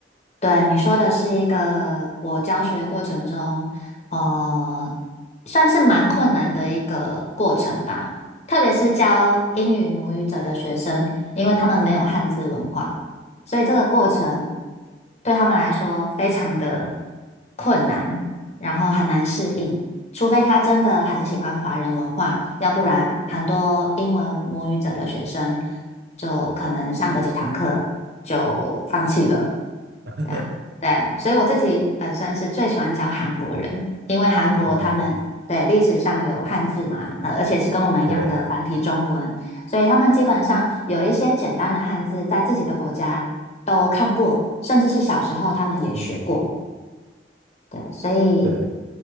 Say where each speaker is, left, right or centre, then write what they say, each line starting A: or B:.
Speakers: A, on the left; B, on the right.
A: 对，你说的是一个我教学过程中，呃，算是蛮困难的一个过程吧。特别是教英语母语者的学生，因为他们没有汉字文化，所以这个过程对他们来说非常的困难，然后很难适应。除非他真的很喜欢华人文化，要不然很多英文母语者的学生就可能上个几堂课就放弃了。
B: <laughs>
A: 对啊，对，所以我自己本身是最喜欢教韩国人，因为韩国他们对历史上有汉字嘛，
B: 呃，
A: 那而且是跟我们一样的繁体中文，
B: 对，
A: 所以他们基本上有一些简单的汉字在自己的国家都看过，甚至是小时候他们也学过。
B: 嗯，
A: 对，所以
B: 对，